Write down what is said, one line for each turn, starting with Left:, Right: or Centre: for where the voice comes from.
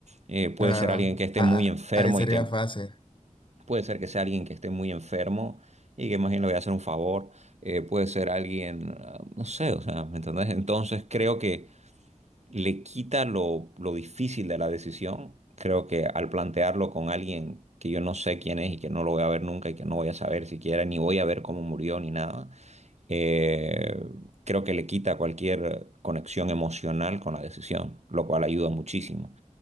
Right: Eh, puede
Left: claro.
Right: ser alguien que esté
Left: Ah,
Right: muy enfermo
Left: ah, ahí sería
Right: y que
Left: fácil.
Right: Puede ser que sea alguien que esté muy enfermo y que más bien le voy a hacer un favor. eh, puede ser alguien, ah, no sé, o sea, ¿me entendés? Entonces creo que le quita lo, lo difícil de la decisión. Creo que al plantearlo con alguien que yo no sé quién es y que no lo voy a ver nunca y que no voy a saber siquiera, ni voy a ver cómo murió ni nada, eh, creo que le quita cualquier conexión emocional con la decisión, lo cual ayuda muchísimo.